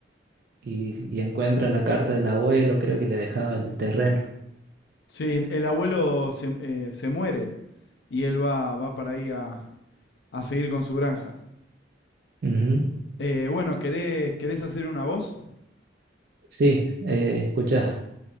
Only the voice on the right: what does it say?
y- y encuentra la carta del abuelo, creo que le dejaba el terreno.
Ujú.
Sí, eh, escuchá.